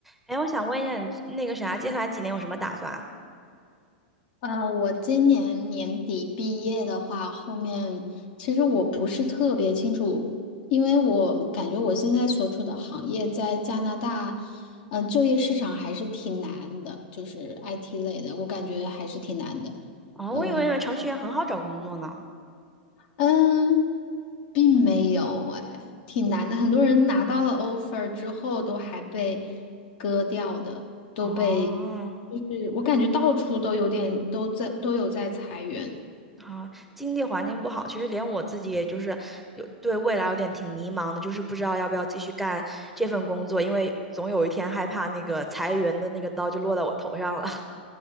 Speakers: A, in the centre; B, on the left.
A: 哎，我想问一下你那个啥，接下来几年有什么打算啊？
B: 呃，我今年年底毕业的话，后面其实我不是特别清楚，因为我感觉我现在所处的行业在加拿大，嗯、就业市场还是挺难的，就是 IT 类的，我感觉还是挺难的。
A: 哦，
B: 嗯
A: 我以为程序员很好找工作呢。
B: 嗯，并没有哎，挺难的，很多人拿到了 offer 之后都还被割掉的，都被，
A: 哦，
B: 就是我感觉到处都有点都在都有在裁员。
A: 好，经济环境不好，其实连我自己也就是有对未来有点挺迷茫的，就是不知道要不要继续干这份工作，因为总有一天害怕那个裁员的那个刀就落到我头上了。